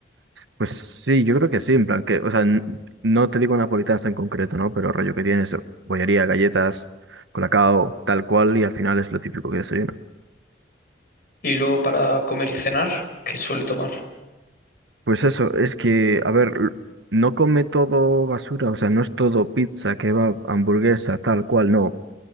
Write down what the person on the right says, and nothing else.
pues sí, yo creo que sí, en plan que, o sea, n- no te digo napolitanas en concreto, ¿no? Pero rollo que tienes bollería, galletas, colacao, tal cual, y al final es lo típico que desayuno.
Pues eso, es que, a ver, l- no come todo basura, o sea, no es todo pizza, kebab, hamburguesa, tal cual, no,